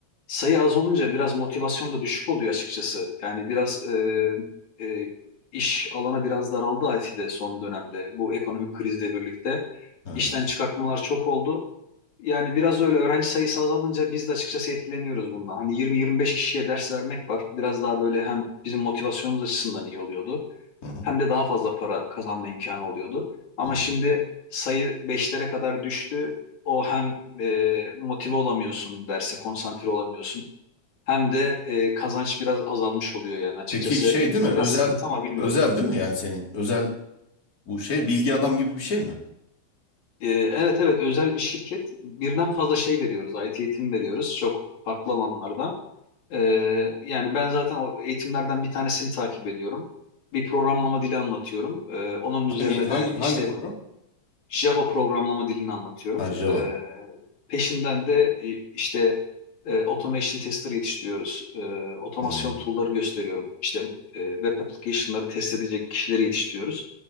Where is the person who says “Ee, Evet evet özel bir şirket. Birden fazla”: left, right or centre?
Left